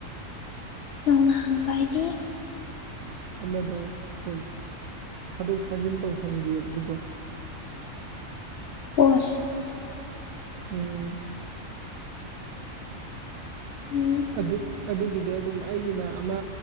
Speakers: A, on the left; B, on the right.
A: ꯅꯧꯅ ꯍꯪꯕꯗꯤ
B: ꯑꯃꯗꯣ ꯑꯗꯨꯝ ꯊꯥꯗꯣꯛ ꯊꯥꯖꯤꯟ ꯇꯧꯐꯝꯒꯤ ꯑꯗꯨꯗꯣ
A: ꯑꯣꯁ
B: ꯎꯝ
A: ꯎꯝ
B: ꯑꯗꯨ ꯑꯗꯨꯒꯤꯗꯤ ꯑꯗꯨꯝ ꯑꯩꯒꯤꯅ ꯑꯃ